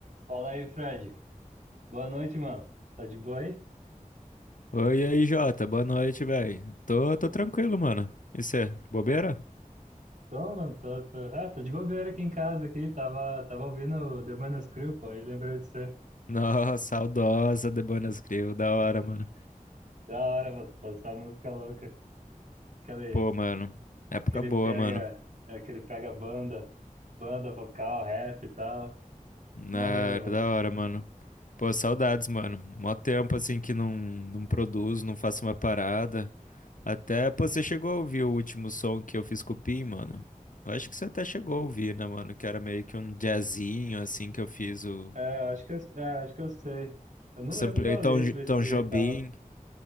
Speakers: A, on the right; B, on the left.
A: Fala aí, Fred. Boa noite, mano. Tá de boa aí?
B: Oi, e aí, Jota. Boa noite, velho. Tô, tô tranquilo, mano. E cê, bobeira?
A: Tô, mano, tô, tô. Ah, tô de bobeira aqui em casa, aqui. Tava, tava ouvindo The Manas Crew, pô, e lembrei de você.
B: <laughs> Nossa, saudosa de Buenos Grill. Da hora, mano.
A: Da hora, mano, passar música louca. Aquele,
B: Pô, mano. Época
A: aquele
B: boa,
A: pega,
B: mano.
A: é, aquele pega banda, banda vocal, rap e tal.
B: Na,
A: Maneiro,
B: da
A: mano.
B: hora, mano. Pô, saudades, mano. Mó tempo, assim, que não, não produzo, não faço uma parada. Até, pô, você chegou a ouvir o último som que eu fiz com o Pim, mano? Eu acho que você até chegou a ouvir, né, mano? Que era meio que um jazzinho, assim, que eu fiz o...
A: É, eu acho que eu, é, acho que eu sei. Eu não
B: Samplei
A: lembro da letra
B: Tom,
A: em si
B: Tom
A: e
B: Jobim.
A: tal.